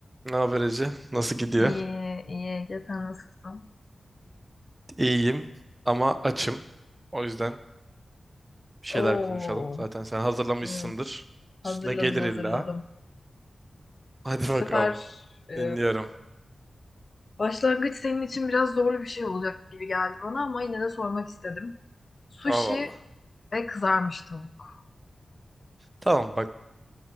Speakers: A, on the right; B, on the left.
A: Ne haber Ece? Nasıl gidiyor?
B: İyi, iyi Ege, sen nasılsın?
A: İyiyim ama açım. O yüzden bir şeyler
B: Oo,
A: konuşalım. Zaten sen hazırlamışsındır.
B: evet. Hazırladım,
A: Üstüne gelir
B: hazırladım.
A: illa. <laughs> Hadi
B: Bu sefer
A: bakalım.
B: e,
A: Dinliyorum.
B: başlangıç senin için biraz zorlu bir şey olacak gibi geldi bana ama yine de sormak istedim. Sushi
A: Allah Allah.
B: ve kızarmış tavuk.
A: Tamam bak.